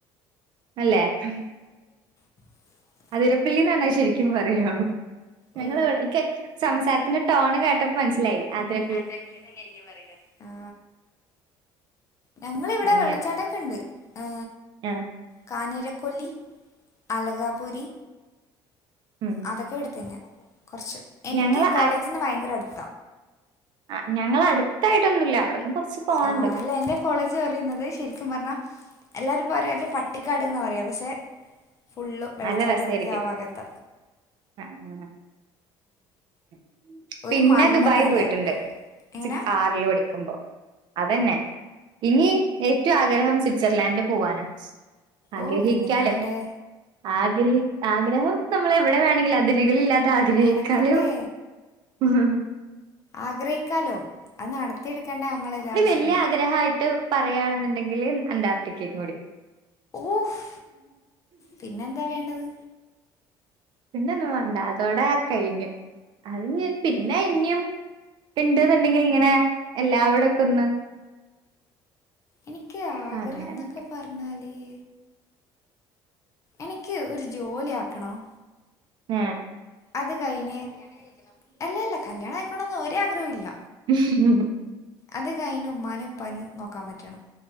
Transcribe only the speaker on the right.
അല്ലെ മ്ഹും
അതിരപ്പള്ളി ന്നാണ് ശരിക്കും പറയാ ഞങ്ങൾ
ഇവി ക്ക് സംസാരത്തിന്റെ ടോൺ കേട്ടപ്പോ മ ൻസിലായി ആതിര
അങ്ങനെ
ആഹ്
ഉം
ഞങ്ങള്
ങ്‌ ഞങ്ങളെ അടു അടുത്തായിട്ടൊന്നുല്ല അവിടുന്ന് കൊറച്ച് പോവാണ്ട്
നല്ല രസായിരിക്കും
ആ അങ്ങനെ <inaudible>
പിന്നെ
ദുബായി
പോയിട്ടുണ്ട്
സിക് ആറിൽ പഠിക്കുമ്പോ അതെന്നെ ഇനി ഏറ്റവും ആഗ്രഹം സിറ്റിർലൻഡിൽ പോവാനാ ആഗ്രഹിക്കാലോ
ആഗ്രഹി ആഗ്രഹം നമ്മള് എവിടെ വേണേലുംഅതിരുകളില്ലാതെ ആഗ്രഹിക്കാല്ലോ
ഉ ഹ് ഹും
വല്യ ആഗ്രഹയിട്ട് പറയാണ് ന്ന്ണ്ടെങ്കിൽ അന്റാർട്ടിക്കെ കൂടി
പിന്നെന്നും വേണ്ട അതോടെ കഴിഞ്ഞു അത് ഞ് പിന്നെ ഞ് ഉം ണ്ട് ന്ന് ണ്ടങ്കിൽ ഇങ്ങനെ എല്ലാവടൊക്കെ ഒന്ന്
അങ്ങനെ
ഉം
ഉ ഹ് ഹും